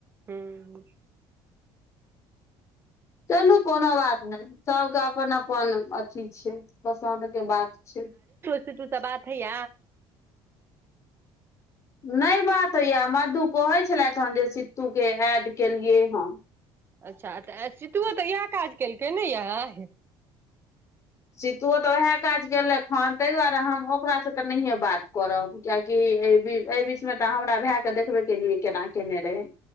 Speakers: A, on the right; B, on the left.
A: हँ
B: चलू कोनो बात नहि सबके अपन अपन ठीक छै पसन्द के बात छै
A: सित्तू से बात होइय
B: नै बात होइया मधु कहै छलथि हे जे सित्तू के एड केलियै हम
A: अच्छा तऽ आ सितुओ तऽ इएह काज केलकै नै यए
B: सीतुओ तऽ ओएह काज केलक हन ताहि दुआरे हम ओकरा से तऽ नहिये बात करब कियाकि एहि बी एहि बीच मे तऽ हमरा भाए के देखबे केलियै केना केने रहैय